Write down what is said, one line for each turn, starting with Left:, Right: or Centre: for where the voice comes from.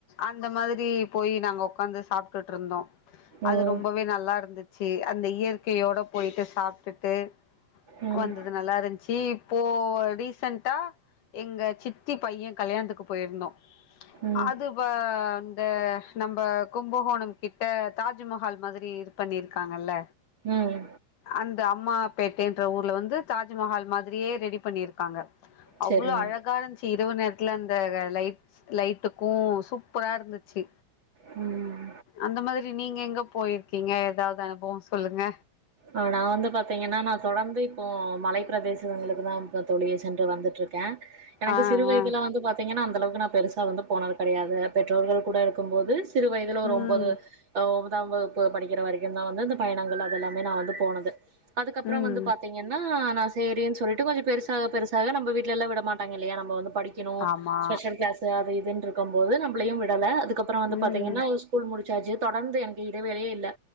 Left: அந்த மாதிரி ரி போய் நாங்க உக்காந்து சாப்பிட்டுட்டு இருந்தோம் அது
Right: ம்
Left: ரொம்பவே நல்லா இருந்து ச்சி அந்த இயற்கையோட போயிட்டு சாப்பிட்டுட்டு
Right: ம்
Left: வந்தது நல்லா இருந்துச்சு இப்போ ரீசன்ட் டா எங்க சித்தி பையன் கல்யாணத்துக்கு போயிருந்தோம்
Right: ம்
Left: அது வ ந்த நம்ம கும்பகோணம் கிட்ட தாஜ்மஹால் மாதிரி இருக் பண்ணியிருக்காங்கல்ல
Right: ம்
Left: அந்த அம்மா பேட்டைன்ற ஊர்ல வந்து தாஜ்மஹால் மாதிரியே ரெடி பண்ணியிருக்காங்க
Right: செரிங்க
Left: அவ்வளோ அழகாச்சு இரவு நேரத்துல அந்த லைட்ஸ் லைட்டுக்கும் சூப்பரா இருந்துச்சு
Right: ம்
Left: அந்த மாதிரி நீங்க எங்க போயிருக்கீங்க ஏதாவது அனுபவம் சொல்லுங்க
Right: ஆ நான் வந்து பாாரத்தீங்கன்னா நான் தொடர்ந்து இப்போ மலைப் பிரதேசங்களுக்கு தான் இப்ப நான் தோழி சென்று வந்துட்டு இருக்கேன் எனக்கு
Left: ஆ
Right: சிறுவயதுல
Left: ஆ
Right: வந்து பாத்தீங்கன்னா அந்த அளவுக்கு நான் பெருசா வந்து போனது கிடையாது பெற்றோர்கள் கூட இருக்கும்போது சிறு வயதுல ஒரு
Left: ம்
Right: ஒன்பது ஆ ஒன்பது வகுப்பு படிக்கிற வரைக்கும் தான் வந்து இந்த பயணங்கள் அதெல்லாம் நான் வந்து போனது அதுக்கு அப்புறம்
Left: ம்
Right: வந்து பாத்தீங்கன்னா ஆ செரின்னு சொல்லிட்டு கொஞ்சம் பெருசாக பெருசாக நம்ம வீட்டுலல்லாம் விட மாட்டாங்க இல்லையா நம்ம வந்து படிக்கணும்
Left: ஆமா
Right: ஸ்பெஷல் கிளாஸ் அது இ துன்னு இருக்கும் போது நம்மளையும் விடல அதுக் கப்புறம் வந்து
Left: ம்
Right: பாத்தீங்கன்னா ஸ்கூல் முடிச்சாசு தொடர்ந்து எனக் இடைவேளையே இல்லை